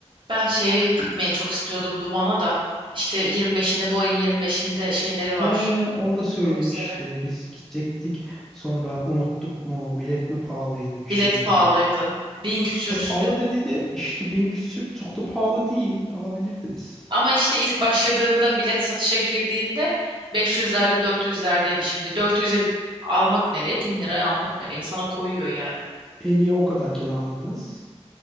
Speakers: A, on the right (about 45°); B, in the centre.
A: Ben şeye gitmeyi çok istiyordum Duman'a da. İşte yirmi beşinde bu ayın yirmi beşinde şeyleri var
B: He, onu da söylemişti.
A: konsere.
B: Biz gidecektik. Sonra unuttuk mu? Bilet mi pahalıydı bir
A: Bilet
B: şey dedi.
A: pahalıydı. Bin küsür
B: Ya
A: üstün.
B: pahalı dedi de işte bin küsür çok da pahalı değil. Alabilirdiniz.
A: Ama işte ilk başladığında bilet satışa girdiğinde beş yüzlerde dört yüzlerdeydi. şimdi. 400 almak nereye? 1000 liraya almak nereye? İnsana koyuyor yani.
B: E niye o kadarken almadınız?